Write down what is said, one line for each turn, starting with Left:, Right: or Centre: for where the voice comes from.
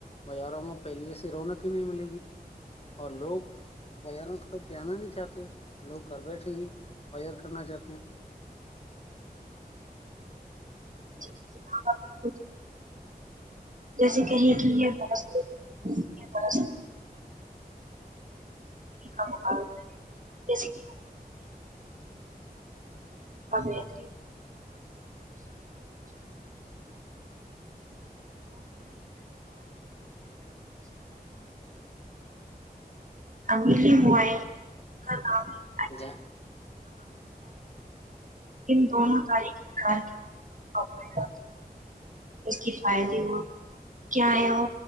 Left: بازاروں میں پہلی جیسی رونق ہی نہیں ملے گی اور لوگ بازاروں کو تو پانا نہیں چاہتے لوگ گھر بیٹھے ہی بازار کرنا چاہتے ہیں
Right: ج جیسے کہے کہ یہ درر کا ماب جیسےائ رایتیاری الی موائل کا نام <inaudible> <inaudible> <inaudible>
Left: ہیں
Right: ان دونوں تاریخی کارکد اس کے فائدے ہو کیا ہے وہ